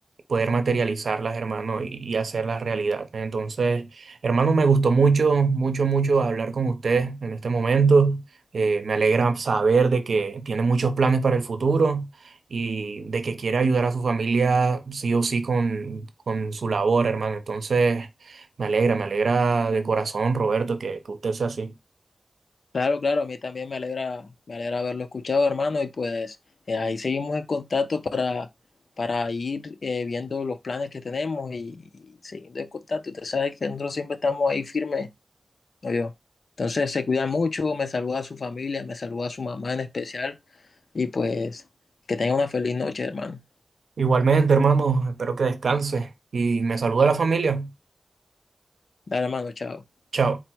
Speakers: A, on the right; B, on the left.
A: poder materializarlas, hermano, y, y hacerlas realidad. Entonces, hermano, me gustó mucho, mucho, mucho hablar con usted en este momento. Eh, me alegra saber de que tiene muchos planes para el futuro y de que quiere ayudar a su familia sí o sí con, con su labor, hermano. Entonces, me alegra, me alegra de corazón, Roberto, que, que usted sea así.
B: Claro, claro, a mí también me alegra, me alegra haberlo escuchado, hermano, y pues eh, ahí seguimos en contacto para, para ir eh, viendo los planes que tenemos y, y siguiendo en contacto. Usted sabe que nosotros siempre estamos ahí firmes, ¿no yo? Entonces se cuida mucho, me saluda a su familia, me saluda a su mamá en especial, y pues que tenga una feliz noche, hermano.
A: Igualmente, hermano, espero que descanse y me saluda a la familia.
B: Dale, hermano, chao.
A: Chao.